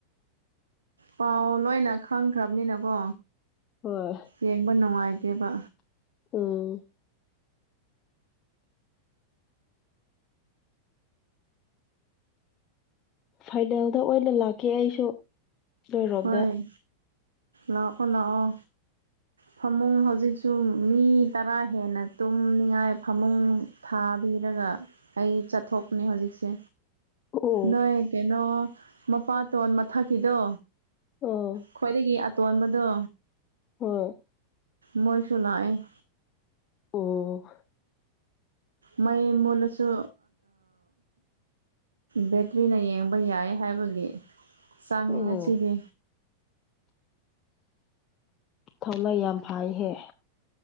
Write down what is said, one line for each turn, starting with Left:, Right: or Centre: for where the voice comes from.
Right: ꯄꯥꯎ ꯂꯣꯏꯅ ꯈꯪꯈ꯭ꯔꯕꯅꯤꯅ ꯀꯣ
Left: ꯍꯣꯏ
Right: ꯌꯦꯡꯕ ꯅꯨꯡꯉꯥꯏꯇꯦꯕ
Left: ꯎꯝ ꯐꯥꯏꯅꯦꯜꯗ ꯑꯣꯏꯅ ꯂꯥꯛꯀ ꯑꯩꯁꯨ ꯅꯣꯏꯔꯣꯝꯗ
Right: ꯍꯣꯏ ꯂꯥꯛꯑꯣ ꯂꯥꯛꯑꯣ ꯐꯃꯨꯡ ꯍꯧꯖꯤꯛꯁꯨ ꯃꯤ ꯇꯔꯥ ꯍꯦꯟꯅ ꯇꯨꯝꯅꯤꯡꯉꯥꯏ ꯐꯃꯨꯡ ꯊꯥꯕꯤꯔꯒ ꯑꯩ ꯆꯠꯊꯣꯛꯄꯅꯦ ꯍꯧꯖꯤꯛꯁꯦ
Left: ꯑꯣ
Right: ꯅꯣꯏ ꯀꯩꯅꯣ ꯃꯄꯥꯇꯣꯟ ꯃꯊꯛꯀꯤꯗꯣ
Left: ꯑꯥ
Right: ꯈ꯭ꯋꯥꯏꯗꯒꯤ ꯑꯇꯣꯟꯕꯗꯣ
Left: ꯍꯣꯏ
Right: ꯃꯣꯏꯁꯨ ꯂꯥꯛꯌꯦ
Left: ꯑꯣ
Right: ꯃꯩ ꯃꯨꯠꯂꯁꯨ ꯕꯦꯇ꯭ꯔꯤꯅ ꯌꯦꯡꯕ ꯌꯥꯏ ꯍꯥꯏꯕꯒꯤ ꯆꯥꯡꯏ
Left: ꯑꯣ
Right: ꯉꯁꯤꯗꯤ
Left: ꯊꯧꯅꯥ ꯌꯥꯝ ꯐꯩꯍꯦ